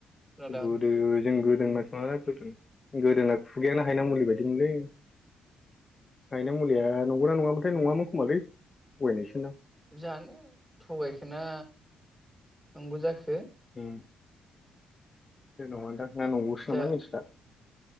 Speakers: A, in the centre; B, on the left.
A: खोनादों
B: गोदो जों गोदो गोदो मानसि ना गोदो गोदोना खुगायानो हायना मुलि बायदिमोनलै हायना मुलिया नंगौना नङामोनथाय नङामोन खोमालै थगायनायसोदां
A: जानो थगायखोना नंगौ जाखो
B: उम जेनबा दा ना नंगौसो
A: जा
B: नामा मिथिला